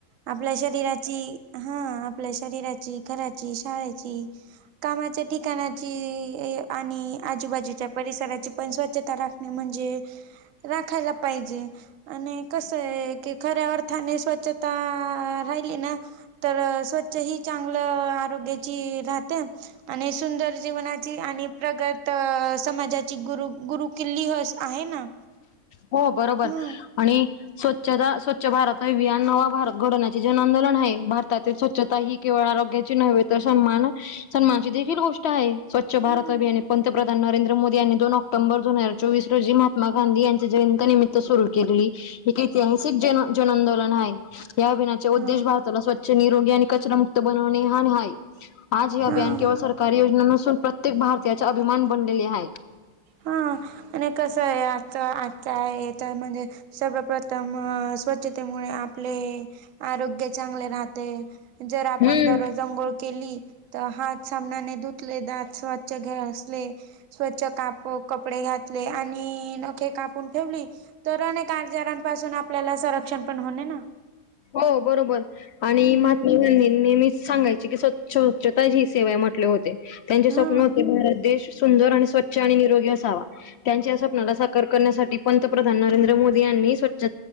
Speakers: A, on the right; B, on the left.
A: आपल्या शरीराची हा आपल्या शरीराची घराची शाळेची कामाच्या ठिकाणाची आणि आजूबाजूच्या परिसराची पण स्वच्छता राखणे म्हणजे राखायला पाहिजे आणि कस आहे की खऱ्या अर्थाने स्वच्छता राहिली ना तर स्वच्छ ही चांगलं आरोग्याची राहते आणि सुंदर जीवनाची आणि प्रगत तर समाजाची गुरु गुरु किल्लीहस आहे ना
B: हो बरोबर
A: हम्म
B: आणि स्वच्छता स्वच्छ भारत ह विया नवा भारत घडवण्याची जन आंदोलन आहे भारतातील स्वच्छता ही केवळ आरोग्याची नव्हे तर सन्मान सन्मानची देखील गोष्ट आहे स्वच्छ
A: हम्म
B: भार अभियाने पंतप्रध नरंद्र मोदी यांनी दोन ऑक्टोबर दोन हजार चोवीस रोजी महात् गांध यां जयंता निमित्त सुरू केलेली एक ऐतिहासिक जन जन आंदोलन आहे या अभिनायाच्या उद्देश
A: हा
B: भारताला स्वच्छ निरोगी आणि कचरा मुक्त बनवणे हाय आज हे अभियान
A: हा.
B: केवळ सरकारी योजना नसून प्रत्येक भारतीयाचा अभिमान बनलेली आहे
A: हा आणि कसं आहे आता आता तर म्हणजे सर्वप्रथम स्वच्छतेमुळे आपले आरोग्य चांगले राहते जर आपण
B: हम्म
A: दररोज अंघोळ केली तर हात सामनाने धुतले दात स्वच्छ घे असले स्वच्छ काप कपडे घातले आणि नखे कापून ठेवली तर अनेक आजारांपासून आपल्याला संरक्षण पण होणे ना
B: हो बरोबर आणि
A: हम्म
B: म म नेहमीच सांगायची की स्वच्छ स्वच्छताची ही सेवाय म्हटले होते त्यांचे स्वप्न
A: हा
B: होते देश सुंदर आणि स्वच्छ आणि निरोगी असावा त्यांच्या स्वप्नाला साकार करण्यासाठी पंतप्रधान नरेंद्र मोदी यांनी स्व्छ